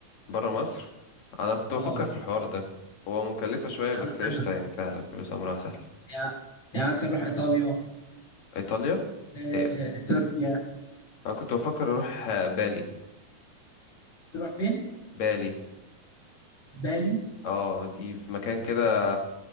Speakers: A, on the left (about 65°); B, on the left (about 40°).
A: برا مصر أنا كنت
B: اه
A: بفكر في الحوار ده هو مكلفة شوية
B: يعني
A: بس
B: مثلا
A: قشطة يعني سهلة الفلوس أمرها سهل
B: يعني يعني مثلا روح ايطاليا
A: إيطاليا
B: آه،
A: هي
B: تركيا
A: أنا كنت بفكر أروح آه، بالي
B: تروح فين
A: بالي
B: بالي
A: اه دي في مكان كده